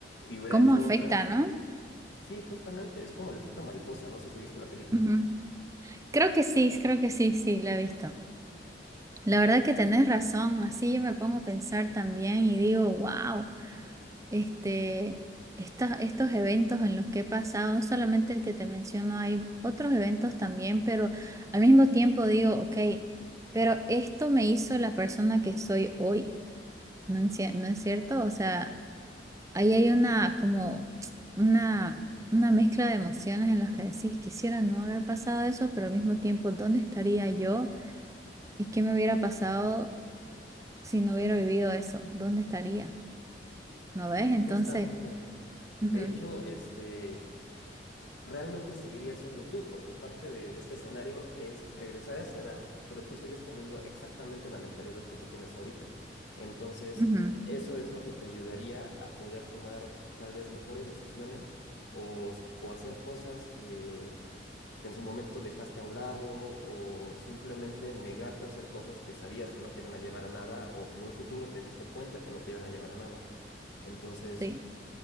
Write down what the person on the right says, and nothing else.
¿Cómo
afecta,
no?
Ujú. Creo que sí, creo que sí, sí, la he visto. La verdad que tenés razón, así yo me pongo a pensar también y digo, wow, este, estos, estos eventos en los que he pasado, no solamente el que te menciono, hay otros eventos también, pero al mismo tiempo digo, ok, pero esto me hizo la persona que soy hoy, ¿no es, cier- no es cierto? O sea, ahí hay una como una... Una mezcla de emociones en las que decís, quisiera no haber pasado eso, pero al mismo tiempo, ¿dónde estaría yo? ¿Y qué me hubiera pasado si no hubiera vivido eso? ¿Dónde estaría? ¿No ves?
Entonces, ujú,
ujú,
sí,